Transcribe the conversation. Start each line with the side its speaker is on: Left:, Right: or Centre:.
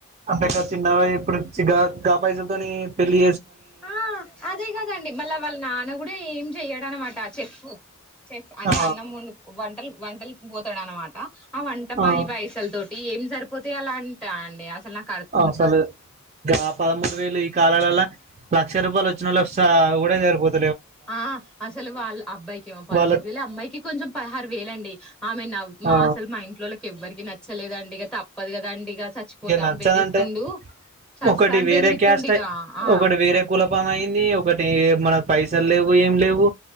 Right: అంతే కాద చిన్నవై ఇప్పుడు కా పై ని పళ్లి
Centre: ఆ అదే కదండి మళ్ళా వాళ్ళ నాన్న కూడా ఏం చెయ్యడ అనమాట కట్ చేసి పో చేస్ అంటే
Right: ఆ
Centre: అన్నం ముందు వంటలు వంటలికి పోతాడ అనమాట ఆ వంట పై
Right: ఆ
Centre: పైసల్ తోన్ ఏం సరిపోతాయి అలా అంటా అండి అసలు నాక్
Right: అసలే వ్యాపారం ఉండదేలే ఈ కాలాలలా లక్ష రూపాయలు వచ్చిన లక్ష కూడా జరిపోతుంది
Centre: ఆ అసలు వాళ్ళ అబ్బాయికి ఏమో పదమూడు
Right: వాళ్ళ
Centre: వేలు అమ్మాయికి కొంచెం పహ వేలండి ఆమె నావ్ మా
Right: ఆ
Centre: అసలు మా ఇంట్లో ఎవరికి నచ్చలేదండి ఇక తప్పదు కదండి ఇక చచ్చిపోతా
Right: ఇగ నచ్చదంటే
Centre: అని బెదిరిస్తుండు చస్తా
Right: ఒకటి
Centre: అని
Right: వేరే
Centre: బెదిరితుండు
Right: క్యాస్ట్
Centre: ఇక
Right: అయి
Centre: ఆ
Right: ఒకటి వేరే కులపాము ఒకటి మనకు పైసలు లేవు ఏం లేవు